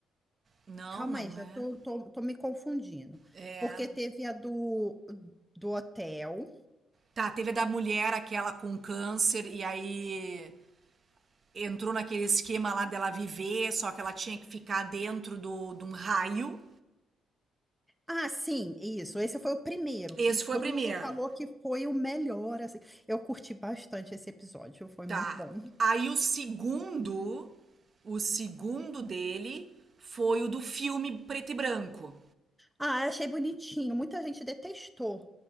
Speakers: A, on the right; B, in the centre.
A: Não,
B: Calma
A: não
B: aí, já
A: é.
B: tô, tô, tô me confundindo.
A: É...
B: Porque teve a do, do hotel.
A: Tá, teve a da mulher, aquela com câncer, e aí... entrou naquele esquema lá dela viver, só que ela tinha que ficar dentro do, de um raio.
B: Ah, sim, isso. Esse foi o primeiro que
A: Esse
B: todo
A: foi o primeiro.
B: mundo falou que foi o melhor, assim. Eu curti bastante esse episódio, foi
A: Tá.
B: muito bom.
A: Aí o segundo, o segundo dele foi o do filme preto e branco.
B: Ah, eu achei bonitinho. Muita gente detestou.